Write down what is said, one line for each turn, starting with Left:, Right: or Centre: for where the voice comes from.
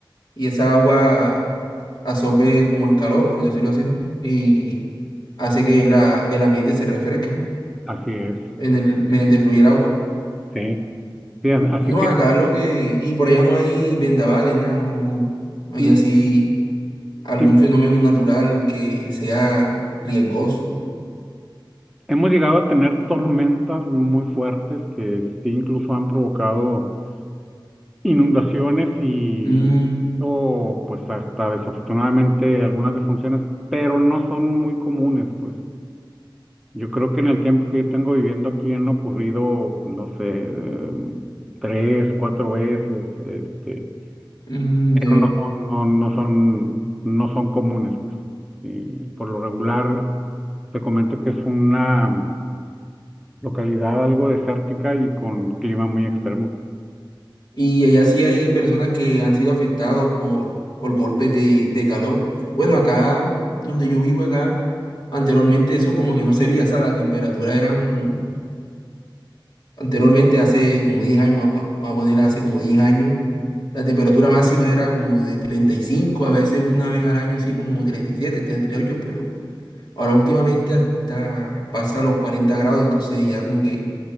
Left: y esa agua absorbe como el calor, por decirlo así, ¿no? Y hace que la, el ambiente se refresque, ¿no?
Centre: Así es,
Left: En el, mediante fluye el agua.
Centre: sí. Sí, a- así
Left: No,
Centre: que
Left: acá lo que, y por allá no hay vendavales, nada, no, no, no
Centre: mm,
Left: hay así. algún
Centre: sí,
Left: fenómeno natural que sea riesgoso.
Centre: hemos llegado a tener tormentas muy fuertes que sí incluso han provocado inundaciones y
Left: Mm,
Centre: o pues hasta desafortunadamente algunas defunciones, pero no son muy comunes, pues. Yo creo que en el tiempo que yo tengo viviendo aquí han ocurrido, no sé, em, tres, cuatro veces, este,
Left: mm,
Centre: pero
Left: ya, ya.
Centre: no son, no, no son, no son comunes, pues. Y por lo regular, te comento que es una localidad algo desértica y con clima muy extremo.
Left: Y allá sí hay personas que han sido afectados por, por golpes de, de calor. Bueno, acá donde yo vivo, acá, anteriormente eso como que no se veía, o sea, la temperatura eran, anteriormente
Centre: Mm,
Left: hace como 10 años, a- vamos a poner hace como 10 años, la temperatura máxima era como de treinta y cinco a veces una vez al año así como treinta treinta y siete treinta y ocho pero Ahora últimamente hasta pasa los cuarenta grados, entonces ya como que